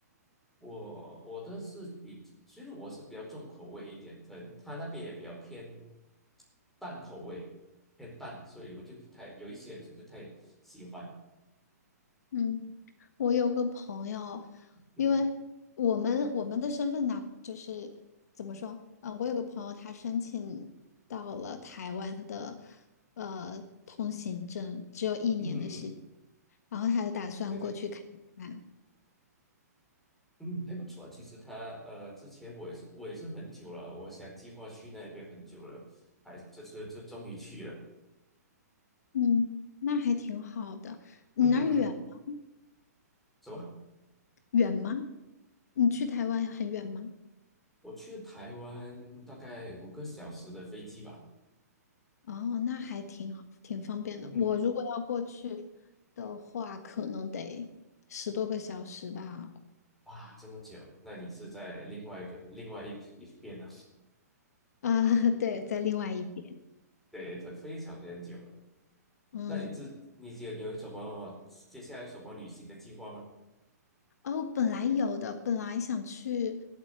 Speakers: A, in the centre; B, on the left.
A: 我我的是比，其实我是比较重口味一点，可能他那边也比较偏淡口味，偏淡，所以我就不太有一些就不太喜欢。
B: 嗯，我有个朋友，
A: 嗯哼，
B: 因为我们我们的身份呢，就是怎么说？呃，我有个朋友，他申请到了台湾的呃通行证，只有一年的时间，
A: 嗯，
B: 然后他就打算过去看看。
A: 对对。嗯，还不错。其实他呃，之前我也是我也是很久了，我想计划去那边很久了，还这次就终于去了。
B: 嗯，那还挺好的。你那儿远吗
A: 嗯哼，什么？
B: 远吗？你去台湾很远吗？
A: 我去台湾大概五个小时的飞机吧。
B: 哦，那还挺好，挺方便的。
A: 嗯哼，
B: 我如果要过去的话，可能得十多个小时吧。
A: 哇，这么久？那你是在另外一个另外一一边呢、
B: 啊，<laughs> 对，在另外一边。
A: <laughs> 对，它非常非常久了。
B: 嗯，
A: 那你这你有有什么接下来什么旅行的计划吗？
B: 哦，本来有的，本来想去，